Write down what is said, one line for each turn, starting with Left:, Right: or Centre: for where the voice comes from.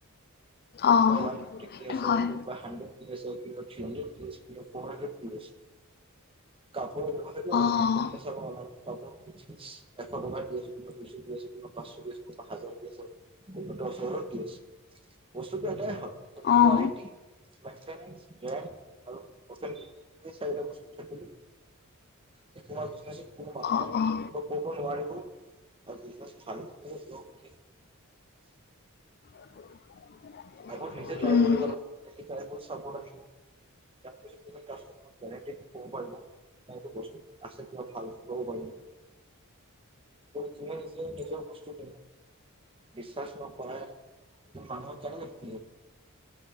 Right: কটপাই
Left: অঁ অঁ
Right: ওৱান কেথী
Left: সেইটো
Right: আছে
Left: হয়
Right: কতপাই হাড্ৰেড কি আছে থ্ৰী কিৰেশ কিবা ফৰ্শদেথ কীইছ প দহতেটো হয়
Left: অঁ
Right: পতেছ অপা অনা থ বজিছ এশ টকা দি আছে কোনোবা দুইশ দি আছে কোনোবা পাঁচশ দি আছে কোনোবা হাজাৰ দি আছে কোনোবা দহ হাজাৰত দি আছে। বস্তুটো এতাই হয়
Left: অঁ
Right: কোৱালিটি লেফটেনেণ্টচ গেম আৰু অথৰিটি এই চাৰিটা বস্তু খতি এইটো ভাল বিজনেচত কব
Left: অঁ অঁ
Right: নোৱাৰিবও আৰু দু ভাল <unintelligible>
Left: <unintelligible>
Right: আকৌ নিজে ট্ৰাই
Left: উম,
Right: কৰিব লাগ চাব লাগিব। তাৰ পাছত তুমি কামাৰ যেনে কব পাৰিবাটো বস্তু আছে কিবা ভালব পাৰিব। তুমি নিজে নিজৰ বস্তু ক বিশ্বাস ন কৰাই মানুহ চ <unintelligible>